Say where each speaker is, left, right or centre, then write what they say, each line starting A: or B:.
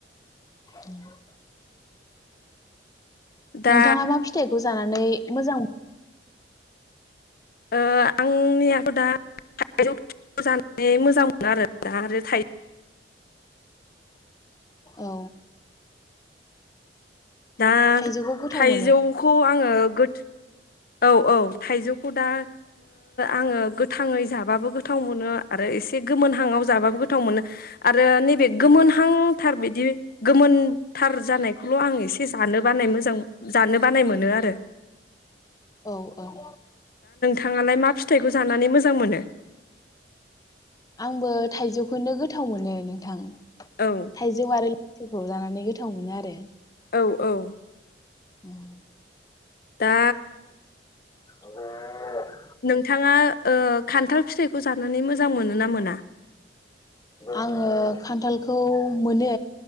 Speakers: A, on the left; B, on the left.
A: <inaudible>
B: दा
A: नोंथाङा मा फिथायखौ। जानानै मोजां।
B: ओ आंनियाथ' दा थाइजौ जानानै मोजां मोनो आरो दा आरो थाइ
A: औ
B: दा
A: थाइजौखौ गोथाव
B: थाइजौखौ
A: मोनो
B: आङो गोथ औ औ थाइजौखौ दा आङो गोथाङै जाबाबो गोथाव मोनो आरो एसे गोमोनहांआव जाबाबो गोथाव मोनो आरो नैबे गोमोनहांथार बिदि गोमोनथार जानायखौल' आं एसे जानो बानाय मोजां जानो बानाय मोनो आरो।
A: औ औ।
B: थाङालाय मा फिथाइखौ जानानै मोजां मोनो।
A: आंबो थाइजौखौनो गोथाव मोनो नोंथां।
B: औ
A: थाइजौ आरो लेसु। जानानै गोथाव मोनो आरो।
B: औ औ।
A: <inaudible>
B: दा
A: <unintelligible>
B: नोंथाङा ओ खान्थाल फिथाइखौ जानानै मोजां मोनो ना मोना?
A: आङो खान्थालखौ मोनो।